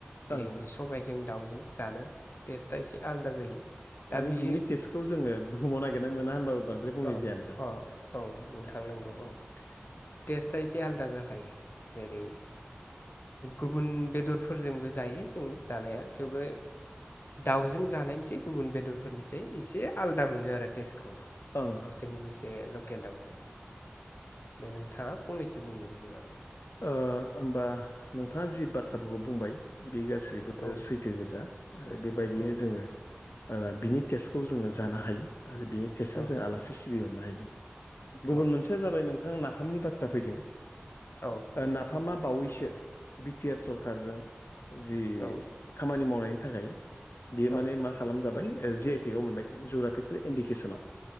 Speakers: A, on the left (about 60°); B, on the left (about 80°).
A: जेरै
B: ओं
A: सबायजों दाउजों जानो टेस्टआ एसे आलादा जायो दा
B: मानि
A: बियो
B: बिनि टेस्टखौ जोङो बुहुमाव नागिरना मोना होनोबाबो बांद्राय बुंनाय
A: अ
B: जाया नोंथां
A: अ औ नोंथां नंगौ औ टेस्टआ एसे आलदा जाखायो जेरै गुबुन बेदरफोरजोंबो जायो जोङो जानाया थेवबो दाउजों जानायनिसै गुबुन बेदरफोरनिसै एसे आलादा मोनो आरो टेस्टखौ
B: ओं ओं
A: जोंनि ए लकेल दाउजों दे नोंथाङा फंनैसो बुंनो बिनिबा
B: होमबा नोंथाङा जि बाथ्राफोरखौ बुंबाय बे गासैबो
A: आरो औ
B: सैथो गोजा आरो बेबायदिनो
A: माखासे
B: जोङो बिनि टेस्टखौ जोङो जानो हायो आरो बेनि टेस्टजों
A: बर'फोरनि
B: जोङो आलासि सिबिहरनो हायो गुबुन
A: खान्थिफोरखौ
B: मोनसेया जाबाय नोंथाङा नाफामनि बाथ्रा फैदों
A: जों दिनै
B: नाफामा बावैसो बि टि आर सरखारजों जि
A: सोनो
B: खामानि मावनायनि थाखाय बियो
A: हाबाय नोंथां
B: माने मा खालामजाबाय जि आइ टेग आ मोनबाय जग्राफिकेलि इन्डिकेसनाव